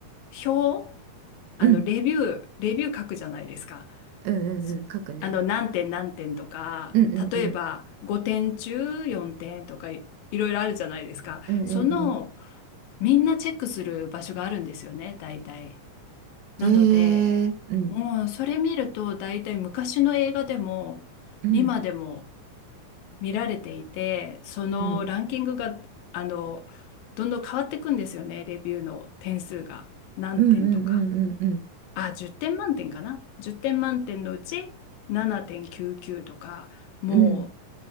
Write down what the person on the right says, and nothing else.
うん
うんうん。
書くね。
うんうんうん。
うんうんうん。
へえうん、
うん、
うん、
うん、うん、うん、うん、うん、
うん、